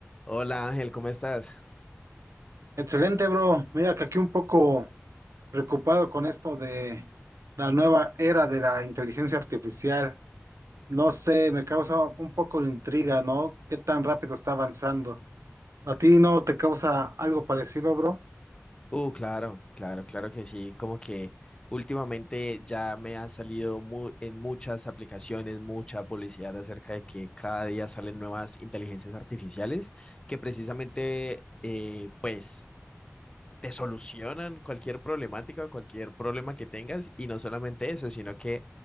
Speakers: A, on the left; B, on the right.
A: Hola Ángel, ¿cómo estás?
B: Excelente, bro. Mira que aquí un poco preocupado con esto de la nueva era de la inteligencia artificial. No sé, me causa un poco de intriga, ¿no? ¿Qué tan rápido está avanzando? ¿A ti no te causa algo parecido, bro?
A: Uh, claro, claro, claro que sí. Como que últimamente ya me ha salido mu- en muchas aplicaciones mucha publicidad acerca de que cada día salen nuevas inteligencias artificiales que precisamente, eh, pues, te solucionan cualquier problemática o cualquier problema que tengas. Y no solamente eso, sino que